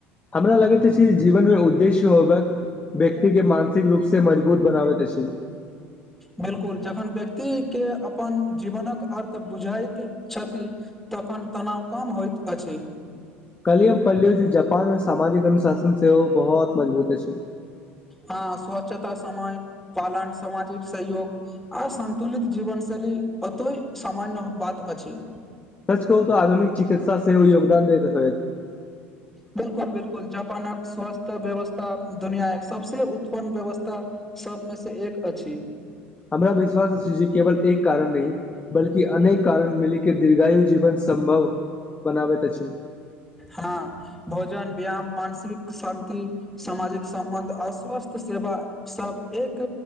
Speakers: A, on the left; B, in the centre.
A: हमरा लगैत अछि जे जीवन मे उद्देश्य होबक व्यक्ति के मानसिक रूप से मजबूत बनाबैत अछि <inaudible>
B: बिल्कुल जखन व्यक्ति के अपन जीवनक अर्थ बुझाइत छथि तखन तनाव कम होइत अछि
A: कल्हि हम पढलियो जे जापान मे सामाजिक अनुशासन सेहो बहुत मजबूत अछि
B: हँ स्वच्छता समय पालन सामाजिक सहयोग अ सन्तुलित जीवन शैली पतोय सामान्य बात अछि
A: सच कहू तोऽ आधुनिक चिकित्सा सेहो योगदान देैत होय
B: बिल्कुल बिल्कुल जापानक स्वास्थ्य व्यवस्था दुनिया एक सबसे उत्तम व्यवस्था सबमे से एक अछि
A: हमरा विश्वास अछी जे केवल एक कारण अई बलकि अनेक कारण मिलि के दीर्घायु जीवन संभव बनाबैत अछि
B: हँ भोजन वियाम मानसिक शान्ति सामाजिक सम्बन्ध अस्वस्थ सेवा सब एक